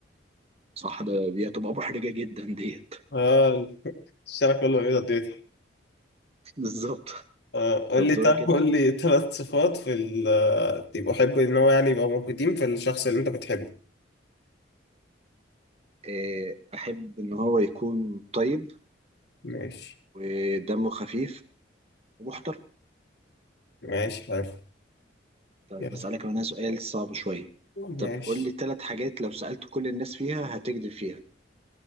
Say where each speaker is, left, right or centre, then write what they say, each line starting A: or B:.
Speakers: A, on the right (about 30°); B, on the left (about 60°).
A: صح ده دي هتبقى محرجة جدا ديت
B: أه الشارع كله بيضة
A: <laughs> بالظبط
B: آه، قول
A: طب
B: لي
A: دورك
B: طب
A: انت
B: قول لي ثلاث صفات في ال دي بحب ان هو يعني يبقى موجودين في الشخص اللي انت بتحبه
A: أه احب ان هو يكون طيب
B: ماشي
A: ودمه خفيف ومحترم
B: ماشي حلو
A: طيب
B: يلا
A: أسألك هنا سؤال صعب شوية
B: ماشي
A: طب قول لي ثلاث حاجات لو سألت كل الناس فيها هتكذب فيها